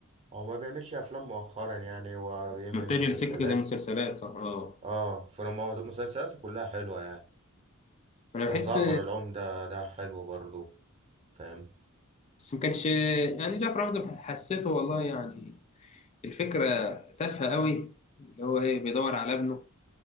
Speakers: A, on the right; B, on the left.
A: هو ما بيعملش افلام مؤخرا يعني هو بيعمل
B: متجه
A: مسلسلات
B: لسكة المسلسلات صح اه
A: اه فما مسلسلاته كلها حلوه يعني
B: أنا
A: كان
B: بحس
A: جعفر العمدة ده حلو برضو فاهم
B: بس ما كانش يعني جعفر عمده حسيته والله يعني الفكرة تافهة قوي اللي هو إيه بيدور على ابنه